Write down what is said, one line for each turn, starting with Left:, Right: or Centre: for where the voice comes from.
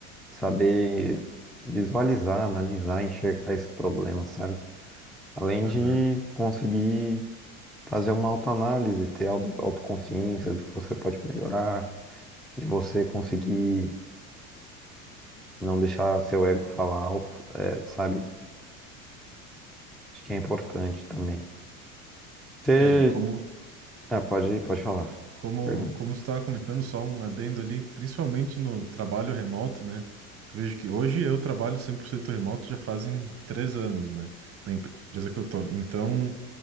Centre: saber visualizar, analisar, enxergar esse problema, sabe? Além
Right: Aham.
Centre: de conseguir fazer uma autoanálise, ter auto, autoconsciência do que você pode melhorar, de você conseguir não deixar seu ego falar alto, é, sabe? Acho que é importante também. Você.
Right: É, e como
Centre: Ah, pode, pode falar.
Right: Como,
Centre: Perdão.
Right: como você estava comentando, só um adendo ali, principalmente no trabalho remoto, né? Vejo que hoje eu trabalho 100% remoto já fazem três anos, né? Na empresa que eu tô. Então,